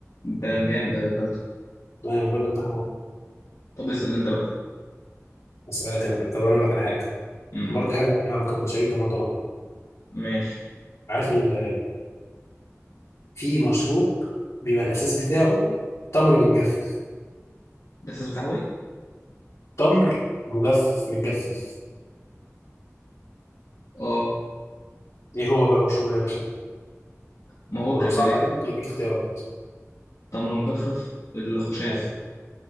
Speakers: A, on the left (about 85°); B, on the left (about 65°).
A: ده جامد ايوه كلته
B: انا بقول لك ده حوار
A: طب اسال انت بقى
B: اسالك انا بقى طب انا اقول لك على حاجه
A: امم
B: برضه حاجه ليها علاقه بمشاريب رمضان
A: ماشي
B: عارف ال... في مشروب بيبقى الاساس بتاعه تمر متجفف
A: ده اساس بتاع ايه
B: تمر مجفف متجفف
A: اه
B: ايه هو بقى المشروب ده يا باشا
A: ما هو
B: ولو
A: الكرفديه
B: صعب عليك ممكن اديك اختيارات
A: تمر مجفف الخشاف
B: اه